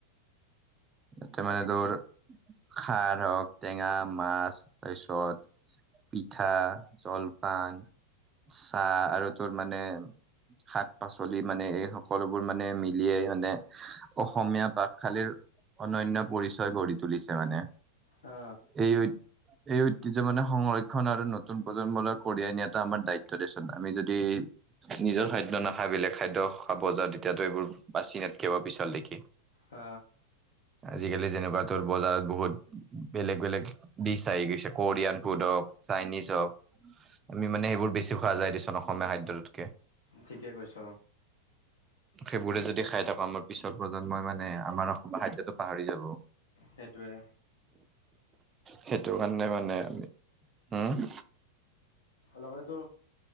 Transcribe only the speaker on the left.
অ
হ
ঠিকে কৈছ
হেটোৱে।
লগতেতো